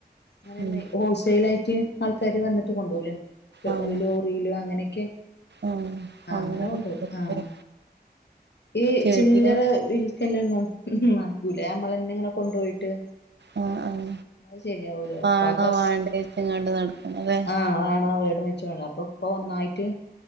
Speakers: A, on the left; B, on the right.
A: അങ്ങനെ
B: ഉം
A: ഹോൾസെൽ ആയിട്ട് ആൾക്കാാര് വന്നിട്ട് കൊണ്ടോഊലെ
B: ആഹ്
A: ലോറിയിലോ അങ്ങനെയൊക്കെ
B: ആഹ്
A: ആഹ് അങ്ങനെ കൊണ്ടോകും
B: കൊടുക്കുംല്ലേ
A: ആഹ് ഈ
B: ചെടിയോ
A: ചില്ലറ വിൽക്കലന്നു നടക്കൂലേ നമ്മള എന്നെ ഇങ്ങനെ കൊണ്ടോയിട്ട്
B: ആഹ് ആഹ്
A: അത് ശരിയാവൂല
B: വാണോ
A: ഉപ്പാക്ക്
B: വാണ്ടേച്ങ്ങണ്ട് നടക്കണത
A: ആഹ് വേണോ വേണോയ്ച് വന്ന് അപ്പൊ ഇപ്പൊ ഒന്നായിട്ട്